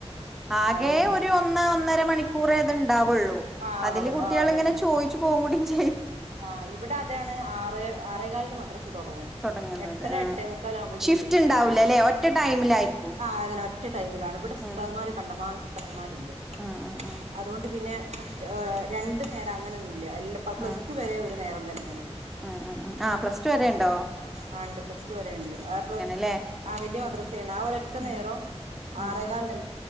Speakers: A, in the centre; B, on the right.
A: ആകെ
B: അതിന് ഇവിടെ
A: ഒരു ഒന്ന്ഒന്ന്ര മണിക്കൂറേ അതുണ്ട് ഉണ്ടാവുള്ളൂ
B: ആ
A: അതില്
B: മദ്ര
A: കുട്ട്യേൾ
B: ആ അതെ
A: ഇങ്ങനെ ചോയ്ച്ച് പോകുടി ചെ
B: ആ ഇവിടെ അതാണ് ആ റേ ആറേകാലിന്റെ മദ്റസ് തുടങ്ങും
A: തൊടങ്ങുന്നത്
B: എട്ടര
A: ആഹ്
B: എട്ടേ മുക്കാൽ ആവുമ്പോഴത്തേനും
A: ഷിഫ്റ്റ്
B: വിടും
A: ഇണ്ടാവൂലല്ലേ
B: അപ്പൊ പിന്നെ
A: ഒറ്റ ടൈമിലായിരിക്കും.
B: ആ അതന്നെ ടൈമിലാണ് ഇവിടെ ഉസ്താദ്
A: ഉം
B: മാര് കണ്ടമാനം ഉസ്താദ് മാരുണ്ട്
A: ഉം ഉം ഉം
B: അതുകൊണ്ട് പിന്നെ മ രണ്ടു നേരം അങ്ങനൊ ഒന്നുമല്ല എല്ല പ്ലസ്
A: ഉം
B: ടു വരെ ഒരു നേരം തന്നെയാണ്
A: ഉം ഉം ഉം ആ പ്ലസ ടു വരെ ഉണ്ടോ
B: ആ ഉണ്ട് പ്ലസ് ടു വരെ ഉണ്ട് ആ പ്ല
A: ല്ലേ?
B: ആ വലിയ മദ്രസയാണ് ആ ഒര് ഒറ്റ
A: ഉം
B: നേരം
A: ഉം
B: ആറേകാലിന്